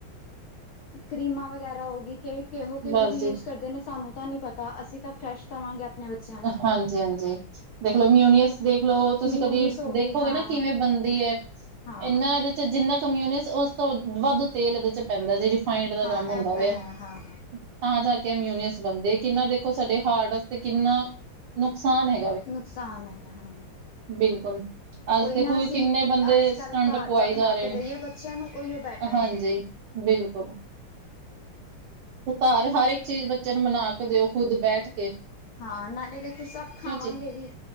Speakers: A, on the left; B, on the right.
A: ਕਰੀਮਾਂ ਵਗੈਰਾ ਹੋ ਗਈ ਕਿਹ ਕਿਹੋ ਕਿਹੋ
B: ਬਸ
A: ਜਿਹੇ ਯੂਜ
B: ਜੀ
A: ਕਰਦੇ ਨੇ ਸਾਨੂੰ ਤਾਂ ਨਹੀ ਪਤਾ ਅਸੀਂ ਤਾਂ ਫਰੈਸ਼ ਦੇਵਾਂਗੇ। ਆਪਣੇ ਬੱਚਿਆਂ ਨੂੰ
B: ਹਾਂਜੀ, ਹਾਂਜੀ ਦੇਖਲੋ ਮਿਊਨੀਅਸ ਦੇਖਲੋ ਤੁਸੀਂ
A: ਮਿਊਨਿਸ
B: ਕਦੀ
A: ਹੋ
B: ਦੇਖੋਗੇ
A: ਗਈ ਹਾਂ
B: ਨਾ ਕਿਵੇਂ ਬਣਦੀ ਐ,
A: ਹਾਂ
B: ਇਹਨਾਂ ਇਦੇ ਜਿੰਨਾ ਕ ਮਿਊਨਿਸ ਉਸ ਤੋਂ ਵੱਧ ਤੇਲ ਇਹਦੇ ਚ ਪੈਂਦਾ ਜੀ ਰਿਫਾਈੰਡ ਦਾ
A: ਹਾਂ
B: ਕੰਮ ਹੁੰਦਾ
A: ਇਹ ਤਾਂ
B: ਪਿਆ।
A: ਹੈ ਹਾਂ
B: ਤਾਂ ਜਾ ਕੇ ਅਮਿਊਨੀਅਸ ਬਨਦੇ ਕਿੰਨਾ ਦੇਖੋ ਸਾਡੇ ਹਾਰਟ ਵਾਸਤੇ ਕਿੰਨ ਨੁਕਸਾਨ ਹੈ
A: ਨੁਕਸਾਨ ਹੈਗਾ, ਹਾਂ।
B: ਬਿਲਕੁਲ। ਅੱਜ
A: ਉਹੀ
B: ਦੇਖੋਗੇ
A: ਨਾ ਅਸੀਂ
B: ਕਿੰਨੇ ਬੰਦੇ
A: ਅੱਜ ਕੱਲ੍ਹ
B: ਸਟੰਟ
A: ਘਰ
B: ਪਵਾਈ
A: ਦਾ ਬਣਾ
B: ਜਾ ਰਏ
A: ਕੇ
B: ਨੇ,
A: ਦੇਈਏ ਬੱਚਿਆਂ ਨੂੰ ਉਹੀਓ ਬੈਟਰ
B: ਹਾਂਜੀ।
A: ਹੈ
B: ਬਿਲਕੁਲ। ਘਰ ਹਰ ਇੱਕ ਚੀਜ਼ ਬੱਚੇ ਨੂੰ ਬਨਾ ਕੇ ਦਿਓ ਖੁੱਦ ਬੈਠ ਕੇ
A: ਹਾਂ, ਨਾਲੇ ਵੇਖੋ ਸਬ
B: ਕਿਉਂ
A: ਖਾਵਾਂਗੇ
B: ਜੀ
A: ਵੀ